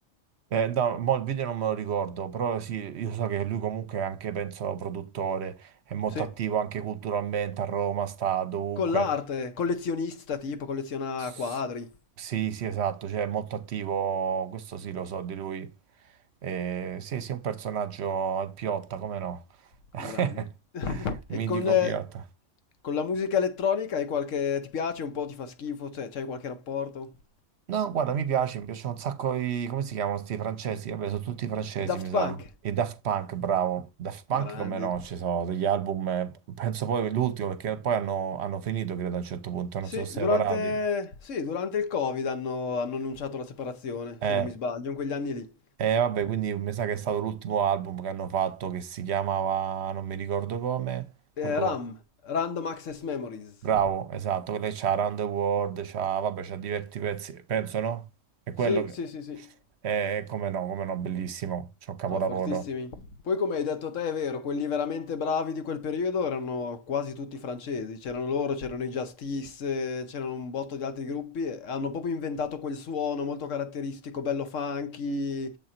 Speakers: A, on the right (about 65°); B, on the left (about 80°).
A: Eh, no, mo il video non me lo ricordo, però sì, io so che lui comunque è anche, penso, produttore, è molto
B: Sì.
A: attivo anche culturalmente a Roma, sta dovunque.
B: Con l'arte, collezionista, tipo, colleziona
A: S-
B: quadri.
A: Sì, sì, esatto, cioè è molto attivo, questo sì lo so di lui. Eh, sì, sì, un personaggio, il Piotta, come no? <laughs>
B: Grande. <laughs> E
A: Mitico
B: con, eh,
A: Piotta.
B: con la musica elettronica hai qualche... ti piace un po', ti fa schifo, cioè c'hai qualche rapporto?
A: No, guarda, mi piace, mi piacciono un sacco i... come si chiamano sti francesi? Vabbè, sono tutti francesi,
B: I Daft
A: mi sa.
B: Punk?
A: E Daft Punk, bravo. Daft Punk
B: Grandi.
A: come no, ci sono degli album, eh, penso poi l'ultimo, perché poi hanno, hanno finito, credo, a un certo punto,
B: Sì,
A: non sono separati.
B: durante, sì, durante il Covid hanno, hanno annunciato la separazione,
A: Eh.
B: se non mi sbaglio, in quegli anni lì.
A: E vabbè, quindi mi sa che è stato l'ultimo album che hanno fatto che si chiamava, non mi ricordo come, quello,
B: Eh, RAM, Random Access Memories.
A: bravo, esatto, quello che c'ha Around the World, c'ha, vabbè, c'ha diversi pezzi, penso no? È quello
B: Sì,
A: che,
B: sì, sì, sì.
A: è come no, come no, bellissimo, c'è un capolavoro.
B: No, fortissimi. Poi come hai detto te è vero, quelli veramente bravi di quel periodo erano quasi tutti francesi, c'erano loro, c'erano i Justice, eh, c'erano un botto di altri gruppi, e hanno proprio inventato quel suono molto caratteristico, bello funky,